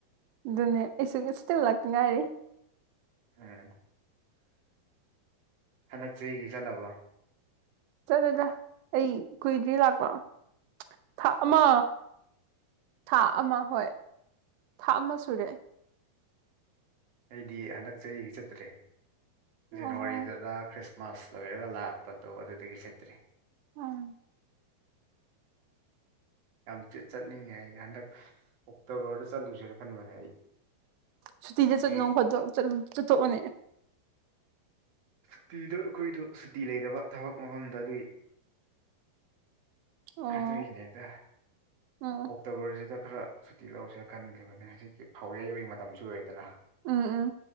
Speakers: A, on the right; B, on the right.
A: ꯑꯗꯨꯅꯦ ꯑꯩꯁꯨ ꯏꯁꯇꯤꯜ ꯂꯥꯛꯅꯤꯡ ꯉꯥꯏꯔꯤ
B: ꯎꯝ ꯍꯟꯗꯛ ꯆꯍꯤꯦꯒꯤ ꯆꯠꯂꯕꯣ
A: ꯆꯠꯂꯗ ꯑꯩ ꯀꯨꯏꯗ꯭ꯔꯤ ꯂꯥꯛꯄ ꯊꯥ ꯑꯃ ꯊꯥ ꯑꯃ ꯍꯣꯏ ꯊꯥ ꯑꯃ ꯁꯨꯔꯦ
B: ꯑꯩꯗꯤ ꯍꯟꯗꯛ ꯆꯍꯤꯒꯤ ꯆꯠꯇ꯭ꯔꯦ
A: ꯑꯣ
B: ꯖꯅꯋꯥꯔꯤꯗꯨꯗꯔꯤ ꯃꯥꯁ ꯂꯣꯏꯔꯒ ꯂꯥꯛꯄꯗꯣ ꯑꯗꯨꯗꯒꯤ ꯆꯠꯇ꯭ꯔꯦ
A: ꯎꯝ
B: ꯌꯥꯝ ꯆꯠꯅꯤꯡꯉꯦ ꯑꯩ ꯍꯟꯗꯛ ꯑꯣꯛꯇꯣꯕꯔꯗ ꯆꯠꯂꯨꯁꯦꯅ ꯈꯟꯕꯅꯦ ꯑꯩ
A: ꯁꯨꯇꯤꯗ
B: ꯍꯧꯖꯤꯛꯀꯤ
A: ꯆꯠꯅꯨ ꯈꯣꯠꯇꯣ ꯆꯠꯊꯣꯛꯑꯅꯦ
B: ꯁꯨꯇꯤꯗ ꯑꯩꯈꯣꯏꯗꯣ ꯁꯨꯇꯤ ꯂꯩꯕ ꯊꯕꯛ ꯃꯐꯝꯗ ꯑꯗꯨꯏ
A: ꯑꯣ ꯎꯝ
B: ꯑꯗꯨꯏꯅꯦꯛꯇ
A: ꯎꯝ
B: ꯑꯣꯛꯇꯣꯕꯔꯁꯤꯗ ꯈꯔ ꯁꯨꯇꯤ ꯂꯧꯔꯁꯦ ꯈꯟꯈꯤꯕꯅꯦ ꯍꯧꯖꯤꯛ ꯐꯥꯎ ꯌꯩꯕꯒꯤ ꯃꯇꯝꯁꯨ ꯑꯣꯏꯔꯦꯗꯅ
A: ꯎꯝ ꯎꯝ